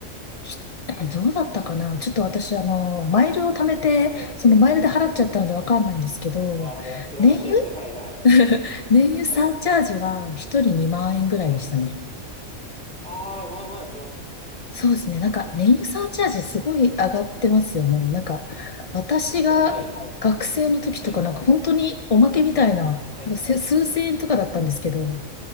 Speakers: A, on the left; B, in the centre.
A: しえどうだったかなちょっと私、あの、マイルを貯めて、
B: はい。
A: そのマイルで払っちゃったのでわかんないんですけど、
B: わあ、
A: ね燃
B: 素晴らしいですね。はい、はい、
A: 油 <laughs> 燃油サーチャージは一人2万円ぐらいでしたね。
B: はい、はい。ああ、まあまあしますね。
A: そうですね。なんか、燃油サーチャージすごい上がってますよね。なんか、私が学生の時とか、
B: 確かに、はい、はい、
A: なんか本当におまけみたいな、
B: はい。
A: なんかせ数千円とかだったんですけど、